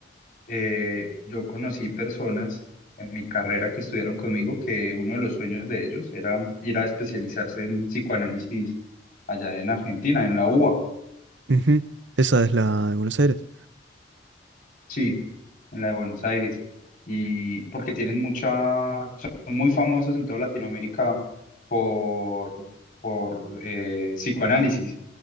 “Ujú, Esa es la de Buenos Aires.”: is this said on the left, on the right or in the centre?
Right